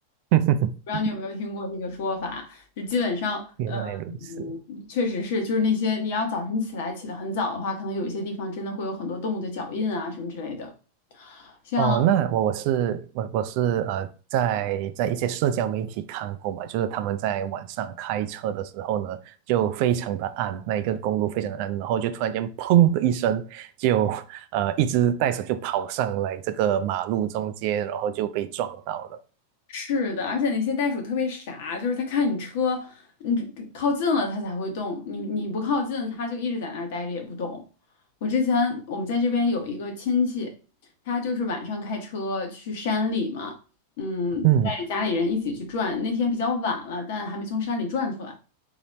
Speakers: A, on the right; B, on the left.
A: <laughs>
B: 不知道你有没有听过这个说法？就基本上，
A: 原来如此。
B: 呃，嗯，确实是，就是那些你要早晨起来起得很早的话，可能有一些地方真的会有很多动物的脚印啊什么之类的。像。
A: 哦，那我我是我我是呃，在在一些社交媒体看过嘛，就是他们在晚上开车的时候呢，就非常的暗，那一个公路非常的暗，然后就突然间砰的一声，就呃一只袋鼠就跑上来这个马路中间，然后就被撞到了。
B: 是的，而且那些袋鼠特别傻，就是它看你车，你靠近了它才会动，你你不靠近，它就一直在那儿待着也不动。我之前我们在这边有一个亲戚，他就是晚上开车去山里嘛，嗯，
A: 嗯，
B: 带着家里人一起去转，那天比较晚了，但还没从山里转出来。